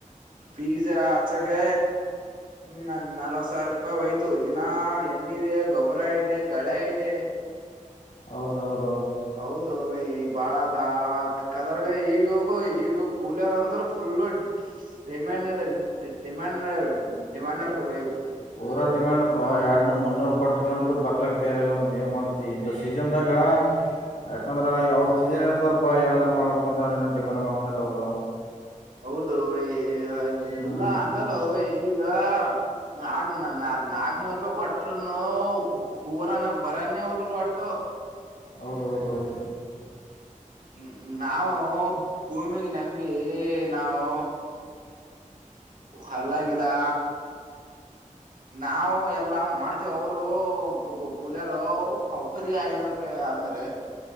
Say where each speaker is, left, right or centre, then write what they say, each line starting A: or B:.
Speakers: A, on the right (about 85°); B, on the left (about 75°).
A: ಬೀಜ ಆಚಕ್ಕೆ ನ ನಲ್ವತ್ ಸಾವಿರ ರೂಪಾಯಿ ಒಯ್ತ. ಇತ್ತು ಇನಾ ಎಣ್ಣ ಇಿದೆ ಗೊಬ್ಬರ ಇದೆ ಗಳೆ ಇದೆ.
B: ಹೌದೌದು
A: ಹೌದು ಬೈ ಬಾಳ ಅದ ತೊಂದರಗ ಈಗೋಗ ಈಗ ಕೂಲರ್ ಅಂತರೂ ಫುಲ್ ಡೈ ಮ್ಯಾಂಡ್ ರೀ ಡಿಮಾಂಡ್ ನ ಡಿಮಾಂಡ್ ನಡೆದ ಭೈ
B: ಪೂರಾ ಡಿಮ್ಯಾಂಡ್ ಪ್ಪಾ ಎರಡ್ ಮುನ್ನೂರ್ ಕೊಟನ್ ಅಂದ್ರು ಬರ್ಲಕ್ಕ ತಯಾರಿಲ್ಲ ಮತ್ತ್ ಏನ್ ಮಾಡುತ್ತೆ ಇಂಥ ಸೀಸನ್ ದಾಗ ಯಾಕಂದ್ರ ಅವ್ರ ಸೀಜನ್ ಇರ್ತದಲ್ಪಾ ಏನಾದ್ ಮಾಡ್ಬೇಕಂತ ಅಮ ಡಿಮಾಂಡ್ ಮಾಡತಾರ ಅವ್ರು
A: ಹೌದು ಏಐ
B: ಹ್ಮ್
A: ಇಲ್ಲ ಹಂಗಲ್ಲ ಈಗ ನ ನ ನಾ ನಾಕ್ನೂರ್ ರೂಪಾಯ ಕೊಟ್ರನು ಹೂರನಲ್ ಬರಾನೇ ಹೊಲ್ರು ಒಟ್ಟು
B: ಹೌದೌದ ಹೌದು
A: ಹ ನಾವು ಭೂಮಿಗೆ ನಂಬಿ ನಾವು ಹೊಲಾ ಗಿಲ್ಲಾ ನಾವವು ಎಲ್ಲಾ ಮಾಡ್ತೇವ ಅವರು ಕೂಲಿಯರು ಒಬ್ಬ ಗೆ ಐನೂರು ರೂಪಾಯಿ ಅಂದ್ರ